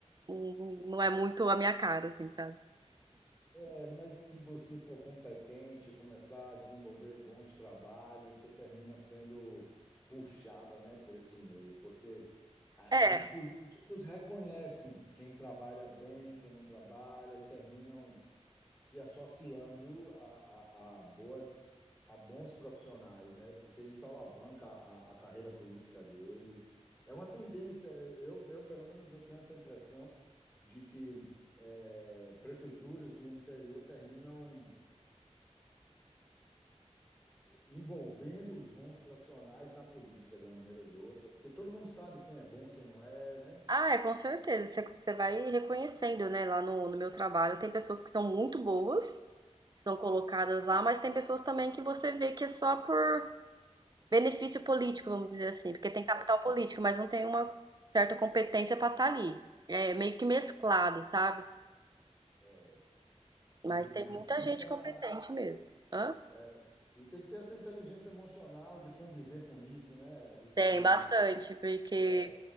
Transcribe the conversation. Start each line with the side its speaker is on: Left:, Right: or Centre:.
Right: não, não é muito a minha cara, assim, sabe?
Left: É, mas se você for competente, começar a desenvolver bons trabalhos, você termina sendo puxada, né, por esse meio, porque ah,
Right: É,
Left: os políticos reconhecem quem trabalha bem, quem não trabalha, e terminam se associando a, a, a boas, a bons profissionais, né, porque isso alavanca a, a carreira política deles. É uma tendência, eu, eu pelo menos eu tenho essa impressão de que é, prefeituras do interior terminam envolvendo os bons profissionais na política de uma maneira ou de outra, porque todo mundo sabe quem é bom, quem não é, né?
Right: Ah, é, com certeza. Você, você vai reconhecendo, né? Lá no, no meu trabalho, tem pessoas que são muito boas, que são colocadas lá, mas tem pessoas também que você vê que é só por benefício político, vamos dizer assim, porque tem capital político, mas não tem uma certa competência para estar ali. É meio que mesclado, sabe?
Left: É, E
Right: Mas
Left: tem
Right: tem
Left: que
Right: muita
Left: ter muita,
Right: gente competente mesmo. Hã?
Left: é, e tem que ter essa inteligência emocional de conviver com isso, né? Os-
Right: Tem
Left: o,
Right: bastante, porque
Left: é,